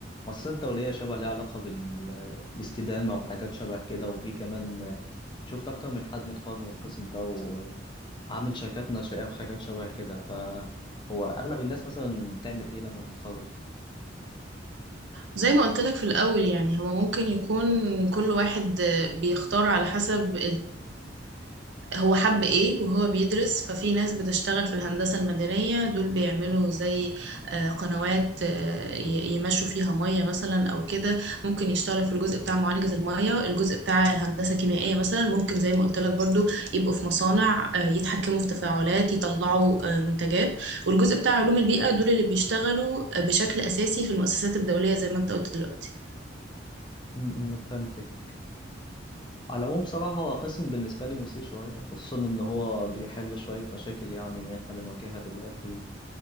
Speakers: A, on the left (about 25°); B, on the right (about 70°).
A: المؤسسات الدولية شبه ليها علاقة بال... بالاستدامة وحاجات شبه كده وفي كمان آه، شفت أكتر من حد متخرج من القسم ده وعامل شركات ناشئة وحاجات شبه كده فهو أغلب الناس مثلا بتعمل إيه لما تتخرج؟
B: زي ما قلت لك في الأول يعني هو ممكن يكون كل واحد بيختار على حسب هو حب ايه وهو بيدرس ففي ناس بتشتغل في الهندسة المدنية دول بيعملوا زي آه، قنوات آه، ي- يمشوا فيها مية مثلا او كده ممكن يشتغل في الجزء بتاع معالجة المية الجزء بتاع الهندسة الكيميائية مثلا ممكن زي ما قلت لك برضو يبقوا في مصانع آه، يتحكموا في تفاعلات يطلعوا آه، منتجات والجزء بتاع علوم البيئة دول اللي بيشتغلوا آه، بشكل اساسي في المؤسسات الدولية زي ما انت قلت دلوقتي
A: م- م، فهمتك على العموم بصراحة هو قسم بالنسبة لي مثير شوية خصوصا إن هو بيحل شوية مشاكل يعني إحنا بنواجهها دلوقتي